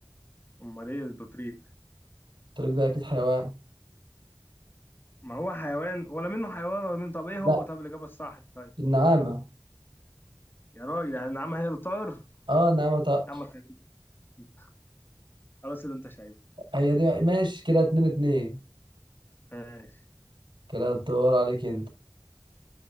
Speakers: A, on the left; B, on the right.
A: امال ايه البطريق
B: البطريق ده اكيد حيوان
A: ما هو حيوان ولا منه حيوان ولا منه طب ايه هو
B: لا
A: طب الاجابة الصح طيب
B: النعامة
A: يا راجل يعني النعامة هي اللي طائر
B: اه النعامة طائر
A: يا عم خليك انت خلاص اللي انت شايفه
B: هي دي ماشي كده اتنين اتنين
A: ماشي
B: كده الدور عليك انت